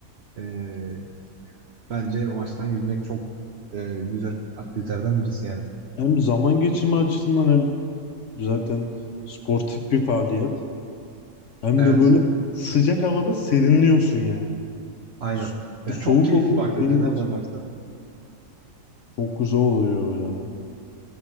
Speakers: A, on the right; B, on the left.
A: Ee, bence o açıdan yüzmek çok e, güzel aktivitelerden birisi yani.
B: Hem zaman geçirme açısından hem zaten sportif bir faaliyet. Hem
A: Evet.
B: de böyle sıcak havada serinliyorsun yani.
A: Aynen.
B: So-
A: Yani
B: Soğuk
A: çok keyifli
B: oluyor,
A: bir aktivite.
B: serinliyorsun.
A: Nereden baksan.
B: Çok güzel oluyor ya.